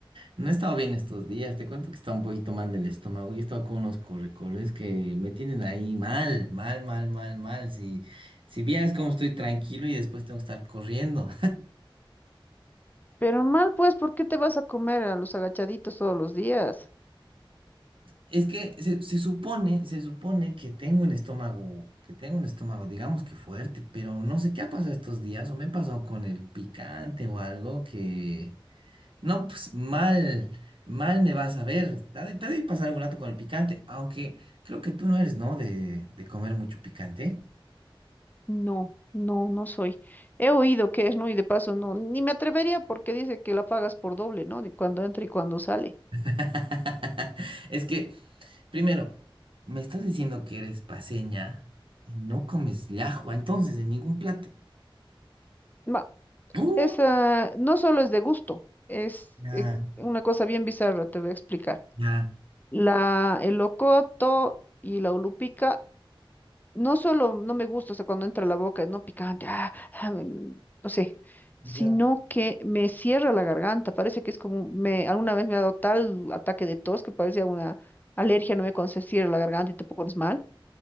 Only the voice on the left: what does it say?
Pero mal, pues, ¿por qué te vas a comer a los agachaditos todos los días?
No, no, no soy. He oído que es, ¿no? Y de paso, no, ni me atrevería porque dice que la pagas por doble, ¿no? Ni cuando entra y cuando sale.
Ma,
esa no solo es de gusto, es
eh, una cosa bien bizarra, te voy a explicar.
La, el locoto y la ulupica No solo no me gusta, o sea, cuando entra a la boca, no picante, ah, ah, me- me- no sé, sino
que me cierra la garganta, parece que es como, me, alguna vez me ha dado tal ataque de tos que parecía una alergia, no me cuando se cierra la garganta y te pones mal.